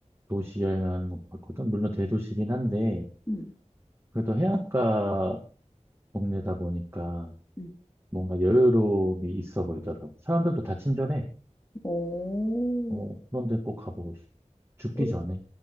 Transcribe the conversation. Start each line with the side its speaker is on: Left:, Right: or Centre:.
Right: 도시 여행하는 거 봤거든. 물론 대도시긴 한데,
Left: 응,
Right: 그래도 해안가 동네다 보니까
Left: 응.
Right: 뭔가 여유로움이 있어 보이더라고. 사람들도 다 친절해.
Left: 오,
Right: 어, 그런데 꼭 가보고 싶어. 죽기
Left: 포르.
Right: 전에.